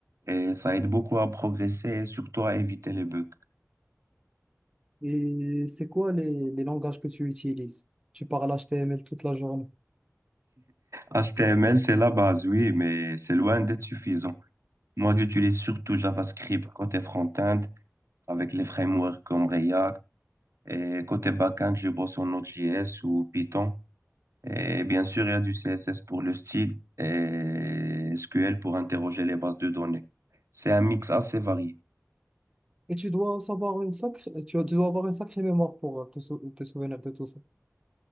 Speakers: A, on the right (about 65°); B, on the right (about 15°).
A: Et ça aide beaucoup à progresser et surtout à éviter les bugs.
B: Et c'est quoi les, les langages que tu utilises? Tu parles HTML toute la journée.
A: HTML, c'est la base, oui, mais c'est loin d'être suffisant. Moi, j'utilise surtout JavaScript côté front-end avec les frameworks comme React. Et côté back-end, je bosse en Node.js ou Python. Et bien sûr, il y a du CSS pour le style et SQL pour interroger les bases de données. C'est un mix assez varié.
B: Et tu dois savoir une sacrée, tu tu dois avoir une sacrée mémoire pour euh, te, sou- te souvenir de tout ça.